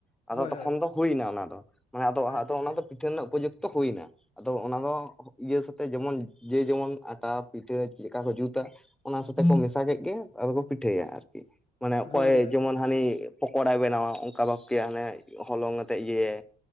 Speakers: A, in the centre; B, on the left.
A: ᱟᱫᱚ
B: ᱦᱳᱭ
A: ᱛᱚᱠᱷᱚᱱ
B: ᱦᱳᱭ
A: ᱫᱚ ᱦᱩᱭ ᱱᱟ ᱚᱱᱟ ᱫᱚ ᱾ ᱢᱟᱱᱮ ᱟᱫᱚ
B: ᱟᱪᱪᱷᱟ
A: ᱫᱚ
B: ᱟᱪᱪᱷᱟ
A: ᱚᱱᱟ ᱯᱤᱴᱷᱟᱹ ᱨᱮᱱᱟᱜ ᱩᱯᱚᱡᱩᱠᱛᱚ ᱦᱩᱭ ᱱᱟ᱾ ᱟᱫᱚ ᱚᱱᱟ ᱦᱚ ᱤᱭᱟᱹ ᱥᱟᱛᱮ, ᱡᱮᱢᱚᱱ ᱡᱮ ᱡᱮᱢᱚᱱ ᱟᱴᱟ, ᱯᱤᱴᱷᱟᱹ ᱪᱮᱫ ᱞᱮᱠᱟ ᱠᱚ ᱡᱩᱛᱼᱟ᱾ ᱚᱱᱟ ᱥᱟᱛᱮ ᱠᱚ ᱢᱮᱥᱟ ᱠᱮᱜ ᱜᱮ ᱾ ᱟᱫᱚ ᱠᱚ ᱯᱤᱴᱷᱟᱹᱭᱟ ᱟᱨ ᱠᱤ᱾ ᱢᱟᱱᱮ ᱚᱠᱚᱭ
B: ᱦᱳᱭ ᱦᱳᱭ
A: ᱡᱮᱢᱚᱱ ᱦᱟᱱᱤ ᱯᱚᱠᱚᱲᱟᱭ ᱵᱮᱱᱟᱣᱟ᱾ ᱚᱱᱠᱟ ᱵᱷᱟᱵ ᱛᱮ ᱦᱟᱱᱮ ᱦᱚᱞᱚᱝ <unintelligible> ᱤᱭᱟᱹᱭᱟ,